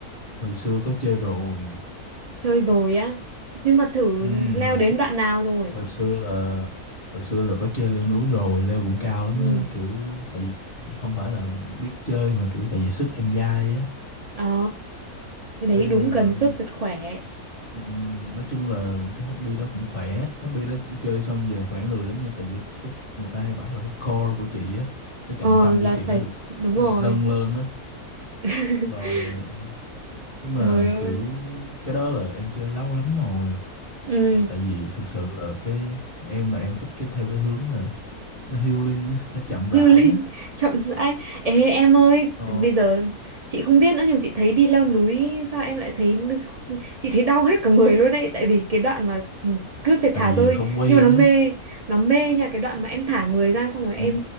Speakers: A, on the left; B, on the right.
A: hồi xưa có chơi rồi.
B: chơi rồi á nhưng mà thử
A: Ừ,
B: leo
A: hồi
B: đến
A: xưa
B: đoạn nào rồi
A: hồi xưa là hồi xưa là có chơi leo núi rồi, leo cũng cao lắm
B: ừ
A: á, kiểu tại vì không phải là biết chơi mà kiểu tại vì sức em dai á.
B: ờ cái đấy
A: Cái
B: đúng
A: ờ,
B: cần sức thật khỏe
A: ừm, nói chung là cái hobby đó cũng khỏe, hobby đó chơi xong về khỏe người lắm nha, tại vì cái người ta hay bảo là cái core của chị á, cái trọng
B: ờ
A: tâm
B: là
A: của chị
B: phải
A: nó được
B: đúng rồi
A: nó được nâng lên á.
B: <laughs>
A: Rồi nhưng mà
B: trời ơi
A: kiểu cái đó là em chơi lâu lắm rồi
B: ừ
A: kiểu tại vì thực sự là cái em là em thích cái theo cái hướng là nó healing á nó chậm rãi
B: healing
A: á
B: <laughs> chậm rãi ê em ơi
A: ờ,
B: bây giờ chị không biết nữa nhưng mà chị thấy đi leo núi sao em lại thấy chị thấy đau hết cả người luôn ấy tại vì cái đoạn mà ừ, cứ phải
A: tại
B: thả
A: vì
B: rơi
A: không quen
B: nhưng mà nó
A: á
B: mê nó mê nha cái đoạn mà em thả người ra xong rồi
A: Ừ.
B: em